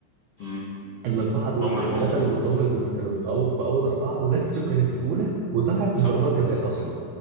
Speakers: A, on the left; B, on the right.
A: امم
B: الاربعه دول
A: هم اللي
B: الثلاثه
A: موجودين
B: اللي قلتهم لك دول كانوا او في اول اربعه ولاتسيو كانت الاولى وطلعت
A: صح
B: من ضربات جزاء اصلا